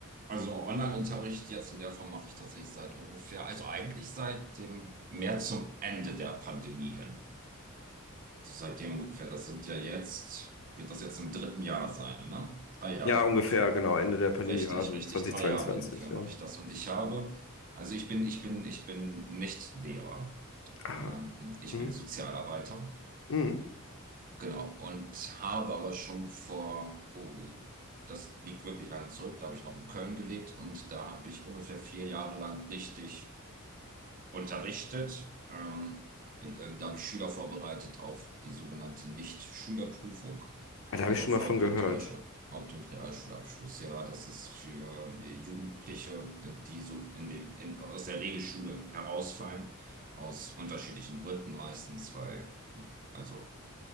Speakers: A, on the right (about 40°); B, on the left (about 65°).
A: also Online-Unterricht jetzt in der Form mache ich tatsächlich seit ungefähr, also eigentlich seit dem mehr zum Ende der Pandemie hin. Also seitdem ungefähr, das sind ja jetzt, wird das jetzt im dritten Jahr sein, ne? Drei Jahre
B: Ja, ungefähr,
A: ungefähr.
B: genau, Ende der Pandemie,
A: Richtig,
B: also
A: richtig.
B: 2022,
A: Drei Jahre ungefähr mache
B: ja.
A: ich das. Und ich habe, also ich bin, ich bin, ich bin nicht Lehrer.
B: Ah,
A: Ähm, ich
B: hm,
A: bin Sozialarbeiter.
B: hm.
A: Genau. Und habe aber schon vor, oh, das liegt wirklich lange zurück. Da habe ich noch in Köln gelebt und da habe ich ungefähr vier Jahre lang richtig unterrichtet. Ähm, in, äh, da habe ich Schüler vorbereitet auf die sogenannte Nicht-Schülerprüfung,
B: Ah, Da
A: also
B: habe ich schon
A: auf
B: mal von
A: Haupt-
B: gehört.
A: und Real, Haupt- und Realschulabschlussjahr. Das ist für äh, Jugendliche, äh, die so in dem, in, aus der Regelschule herausfallen, aus unterschiedlichen Gründen meistens, weil also